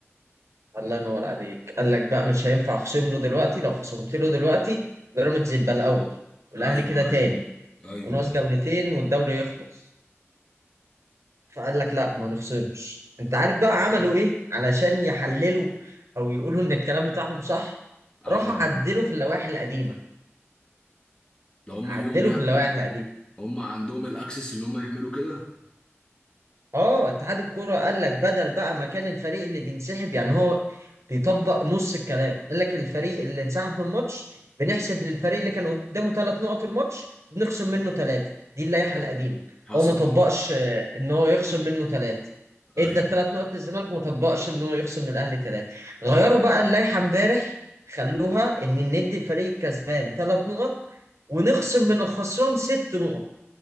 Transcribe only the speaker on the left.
ايوه
ايوه ايوه
آه.
عملوا
ايه
ده هم
ليهم يعني
هم عندهم الاكسس ان هم يعملوا كده
حصل
اه
ايوه